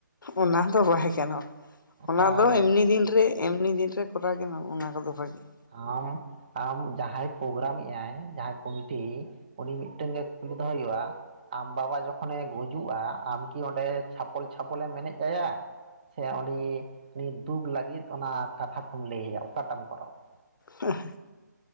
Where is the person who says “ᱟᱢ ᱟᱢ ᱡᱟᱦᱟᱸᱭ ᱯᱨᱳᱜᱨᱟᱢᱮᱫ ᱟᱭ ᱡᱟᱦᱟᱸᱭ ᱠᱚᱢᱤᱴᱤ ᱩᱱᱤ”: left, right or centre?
Right